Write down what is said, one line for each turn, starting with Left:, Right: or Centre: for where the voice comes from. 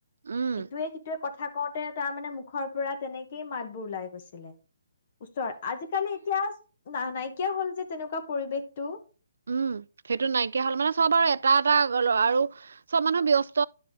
Right: উম
Left: ইটোৱে সিটয়ে কথা কত তে তাৰ মানে মুখৰ পৰা তেনেকেই মাতবোৰ ওলাই গৈছিলে ওচৰৰত আজিকালি এতিয়া ন নাই কিয় হল যে, তেনেকুৱা পৰিৱেশটো?
Right: উম, সেইটো নাইকিয়া হ'ল মানে, চব আৰু এটা এটা আৰু চব মানুহ ব্যস্ত